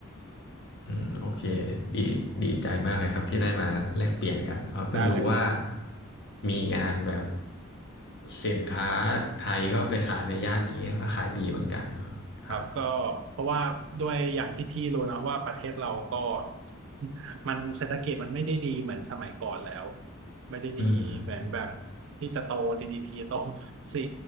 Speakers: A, on the left; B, on the right.
A: อืมโอเคดีดีใจมากเลยครับที่ได้มาแลกเปลี่ยนกันเอาเพิ่งรู้ว่า
B: ได้เลยครับ
A: มีงานแบบสินค้าไทยก็ไปขายในย่านนี้ก็ขายดีเหมือนกันเนาะครับ
B: ครับก็เพราะว่าด้วยอย่างที่พี่รู้นะว่าประเทศเราก็ <laughs> มันเศรษฐกิจมันไม่ได้ดีเหมือนสมัยก่อนแล้วไม่ได้ดีเหมือนแบบ
A: อืมอืม
B: ที่จะโต GDP โตสี่